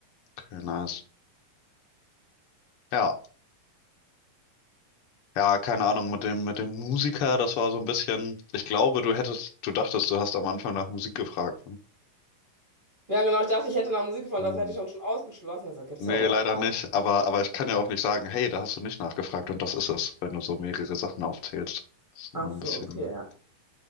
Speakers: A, on the left; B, on the right.
A: Okay, nice. Ja, ja, keine Ahnung, mit dem, mit dem Musiker, das war so ein bisschen. Ich glaube, du hättest, du dachtest, du hast am Anfang nach Musik gefragt. ne?
B: Ja, genau. Ich dachte, ich hätte nach Musik gefunden.
A: Hm.
B: Das hätte ich dann schon ausgeschlossen. Also gibt's
A: Nee,
B: doch überhaupt
A: leider
B: gar
A: nicht.
B: nicht.
A: Aber, aber ich kann ja auch nicht sagen, hey, da hast du nicht nachgefragt und das ist es, wenn du so mehrere Sachen aufzählst. Das ist
B: Ach
A: immer ein
B: so,
A: bisschen
B: okay, ja.